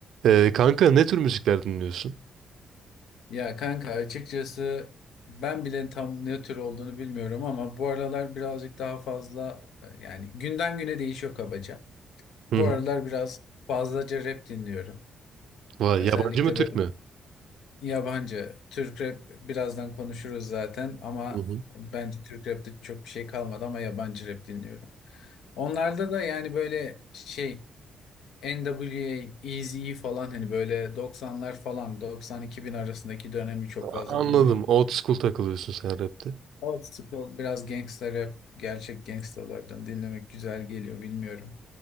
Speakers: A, on the right (about 75°); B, on the left (about 80°).
A: Ee, kanka ne tür müzikler dinliyorsun?
B: Ya kanka açıkçası ben bile tam ne tür olduğunu bilmiyorum ama bu aralar birazcık daha fazla e, yani günden güne değişiyor kabaca.
A: Hı
B: Bu
A: hı.
B: aralar biraz fazlaca rap dinliyorum.
A: Vay,
B: Özellikle
A: yabancı mı Türk
B: böyle
A: mü?
B: yabancı Türk rap birazdan konuşuruz zaten ama
A: Hı hı.
B: bence Türk rapte çok bir şey kalmadı ama yabancı rap dinliyorum. Onlarda da yani böyle şey NWA, Eazy-E falan hani böyle 90'lar falan 90 bin arasındaki dönemi çok
A: A-
B: fazla
A: Anladım.
B: dinliyorum.
A: Old school takılıyorsun sen rapte.
B: Old school biraz gangster rap, gerçek gangstalardan dinlemek güzel geliyor bilmiyorum.